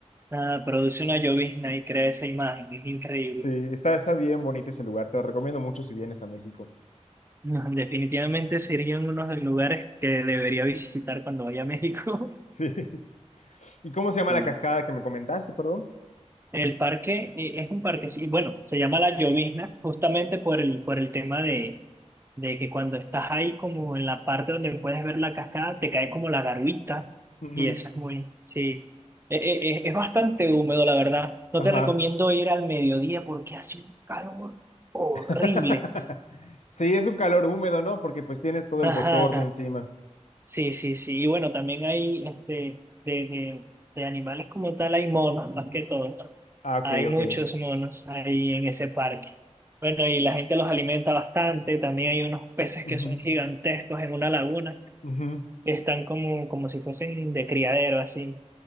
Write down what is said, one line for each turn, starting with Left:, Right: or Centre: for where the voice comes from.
Right: Ah, produce una llovizna y crea esa imagen. Es increíble.
Left: Sí, está, está bien bonito ese lugar, te lo recomiendo mucho si vienes a México.
Right: No, definitivamente serían unos de los lugares que debería visitar cuando vaya a México. <laughs>
Left: Sí. <laughs> ¿Y cómo
Right: Sí.
Left: se llama la cascada que me comentaste, perdón?
Right: El parque eh, es un parque, sí, bueno, se llama La Llovizna justamente por el, por el tema de, de que cuando estás ahí como en la parte donde puedes ver la cascada, te cae como la garguita
Left: Ujú.
Right: y eso es muy, sí, E- e- e- es, bastante húmedo, la verdad. No
Left: Ajá.
Right: te recomiendo ir al mediodía porque hace un calor horrible.
Left: <laughs> Sí, es un calor húmedo, ¿no? Porque pues tienes todo
Right: Ajá,
Left: el bochorno encima.
Right: sí, sí, sí. Y bueno, también hay este, de, de, de animales como tal, hay monos más que todo.
Left: Ah, ok,
Right: Hay
Left: ok.
Right: muchos monos ahí en ese parque. Bueno, y la gente los alimenta bastante. También hay unos peces
Left: Ujú,
Right: que son gigantescos en una laguna.
Left: ujú.
Right: que Están como, como si fuesen de criadero, así.